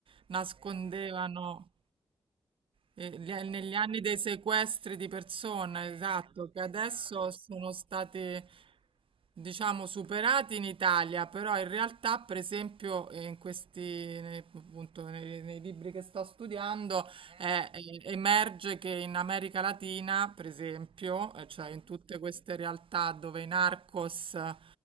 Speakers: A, on the right; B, on the right.
A: nascondevano
B: esatto,
A: eh, gli-
B: di
A: negli
B: ogni,
A: anni dei sequestri di persone,
B: eh,
A: esatto,
B: esatto,
A: che adesso sono stati, diciamo, superati in Italia, però in realtà, per esempio, eh, in questi, nei- appunto, nei nei libri che sto studiando,
B: eh?
A: Eh, eh, emerge che in America Latina, per esempio, eh,
B: Mhm,
A: cioè in tutte queste realtà dove i narcos eh,